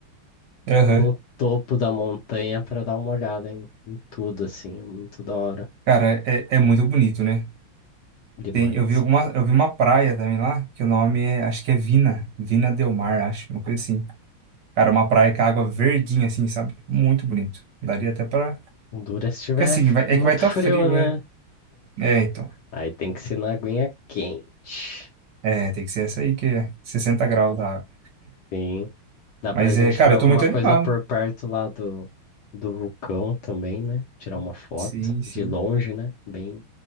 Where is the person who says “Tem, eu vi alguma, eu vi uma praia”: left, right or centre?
Right